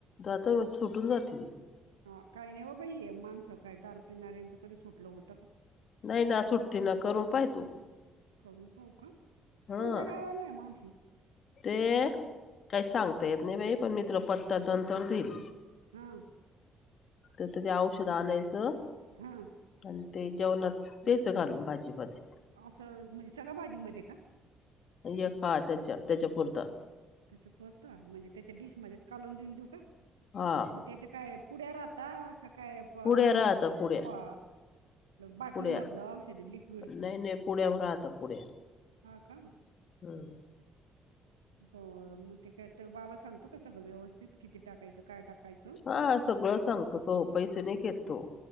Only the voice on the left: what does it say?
जात सुटून जाते.
नाही, ना सुट्टीना, करून पाहितू.
हा
ते काही, सांगता येत नाही बाई, पण मी तुला पत्ता नंतर देईल.
तर ते औषध आणायचं.
आणि ते जेवणांत द्यायचं घालून भाजी मध्ये
एक हां त्यांच्या त्यांच्या पुरतां.
हा
पुढ्या राहता पुढ्या
पुढ्या
नाही नाही पुढ्यावर राहता पुढ्या
हम्म.
हां सगळं सांगतो तो पैसे नाहीं घेत तो